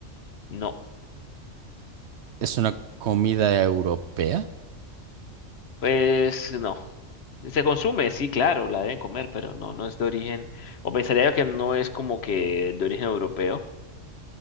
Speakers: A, on the left; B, on the right.
A: no.
B: Es una comida europea.
A: Pues no. Se consume, sí, claro, la deben comer, pero no, no es de origen. O pensaría yo que no es como que de origen europeo.